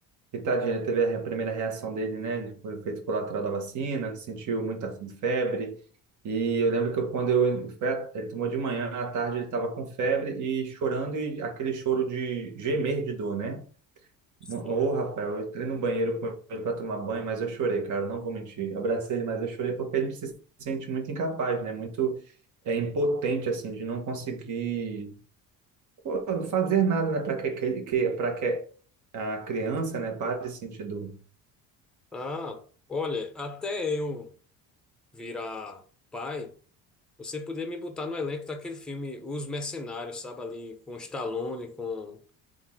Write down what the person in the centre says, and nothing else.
Sim.
Ah, olha, até eu virar pai. Você podia me botar no elenco daquele filme Os Mercenários, sabe? Ali com Stallone, com,